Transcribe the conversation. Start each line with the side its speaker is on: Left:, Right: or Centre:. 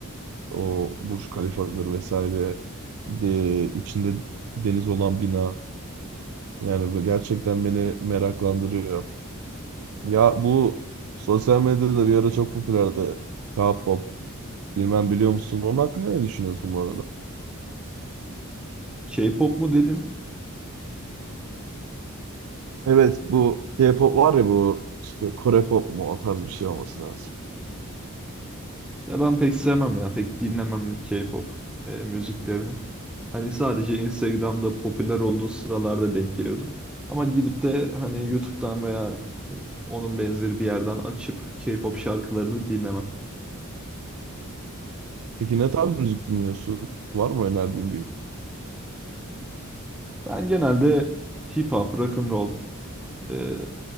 Right: o Burj Khalifa'dır vesaire de, içinde deniz olan bina yani bu gerçekten beni meraklandırıyor. Ya bu sosyal medyada bir ara çok popülerdi. K-pop bilmem biliyor musun? Onun hakkında ne düşünüyorsun bu arada?
Centre: K-pop mu dedin?
Right: Evet bu K-pop var ya bu işte Kore pop mu o tarz bir şey olması lazım.
Centre: Ya ben pek sevmem ya. Pek dinlemem K-pop e, müziklerini. Hani sadece Instagram'da popüler olduğu sıralarda denk geliyordum. Ama gidip de hani YouTube'dan veya onun benzeri bir yerden açıp K-pop şarkılarını dinlemem.
Right: Peki ne tarz müzik dinliyorsun? Var mı önerdiğin bir
Centre: Ben genelde hip hop, rock and roll, e,